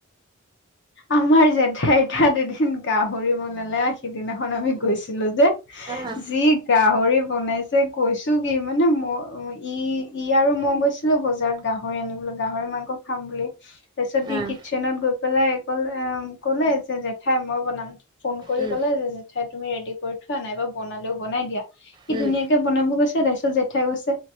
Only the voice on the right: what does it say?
অ',
অ',
উম,
উম।